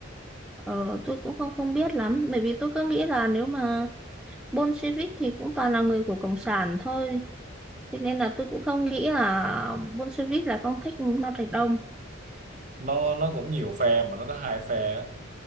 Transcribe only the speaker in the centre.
ờ tôi cũng không không biết lắm bởi vì tôi cứ nghĩ là nếu mà Bolshevik thì cũng toàn là người của cộng sản thôi thế nên là tôi cũng không nghĩ là Bolshevik là con thích Mao Trạch Đông